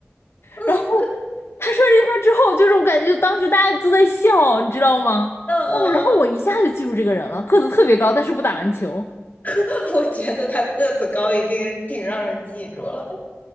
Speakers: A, on the left; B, on the left.
A: 嗯
B: 然后他说这句话之后，就是我感觉当时大家都在笑，你知道吗？
A: 嗯嗯嗯，
B: 哦，然后我一下就记住这个人了，个子特别高，但是不打篮球，
A: <laughs> 我觉得他个子高已经挺让人记住了。